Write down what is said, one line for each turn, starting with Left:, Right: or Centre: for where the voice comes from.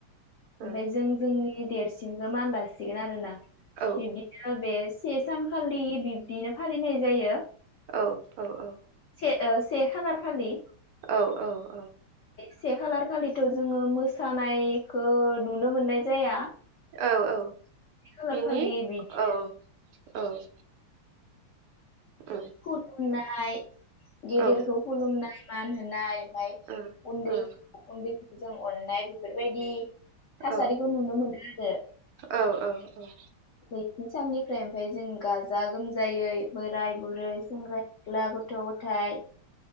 Left: ओमफ्राय
Right: औ
Left: जों जोंनि देरसिनखौ मानलासिगोन आरोना
Right: औ
Left: बिबदि बे से सानखालि बि बिनो फालिनाय जायो
Right: औ औ औ
Left: से ओ से खालार खालि
Right: औ औ औ
Left: से खालार खालिथ' जोङो मोसानायखौ नुनो मोननाय जाया
Right: औ औ
Left: खालार
Right: बिनि
Left: खालि बिदिनो
Right: औ औ औ
Left: खुदुना नाय गेदेरखौ
Right: औ
Left: खुलुमनाय मान होनाय ओमफ्राय
Right: औ
Left: उन्दै
Right: औ
Left: उन्दै जों अननाय बेफोरबायदि थासारिखौ
Right: औ
Left: नुनो मोनो। जों
Right: औ औ औ
Left: बि साननिफ्राय ओमफ्राय जों गाजा गोम जायै बोराय बुरै सेंग्रा सिख्ला गथ' गथाइ